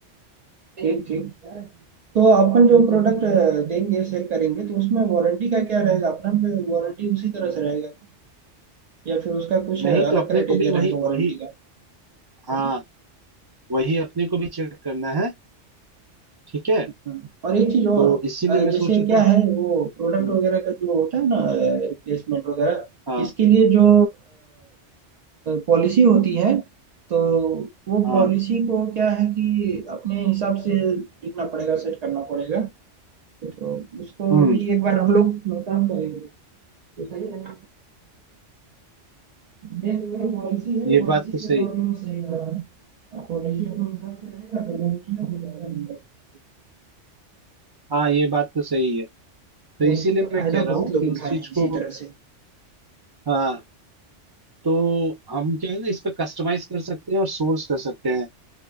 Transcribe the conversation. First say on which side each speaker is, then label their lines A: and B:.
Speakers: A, on the right; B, on the right.
A: ठीक ठीक तो अपन जो प्रोडक्ट देंगे सेल करेंगे तो उसमें वारंटी का क्या रहेगा अपना वारंटी उसी तरह से रहेगा क्या या फिर उसका कुछ
B: नहीं
A: अलग
B: तो अपने
A: क्राइटेरिया
B: को भी वही
A: रहेगा
B: वही
A: वारंटी का
B: हाँ वही अपने को भी चेक करना है ठीक है
A: हाँ, और एक चीज और
B: तो इसीलिए
A: अ,
B: मैं
A: जैसे
B: सोचा
A: क्या
B: था
A: है वो प्रोडक्ट
B: हम्म,
A: वगैरह का जो होता है ना रिप्लेसमेंट वगैरह
B: हाँ
A: इसके लिए जो पॉलिसी होती है तो वो
B: हाँ
A: पॉलिसी को क्या है कि अपने हिसाब से लिखना पड़ेगा सेट करना पड़ेगा तो उसको
B: हम्म
A: भी एक बार हम लोग नोट डाउन करेंगे तो सही रहेगा मेन तो वही पॉलिसी है
B: ये
A: पॉलिसी
B: बात तो
A: के
B: सही
A: अकॉर्डिंग सही रहा है, पॉलिसी अपने हिसाब से रहेगा तो लोग उसमें कुछ ज्यादा नहीं कर पाएंगे
B: हाँ ये बात तो सही है तो इसीलिए
A: पॉलिसी का
B: मैं
A: फायदा
B: कह रहा
A: बहुत
B: हूँ
A: लोग
B: कि उस
A: उठाए
B: चीज
A: हैं इसी
B: को
A: तरह से
B: हाँ तो हम क्या है ना इस पे कस्टमाइज कर सकते हैं और सोर्स कर सकते हैं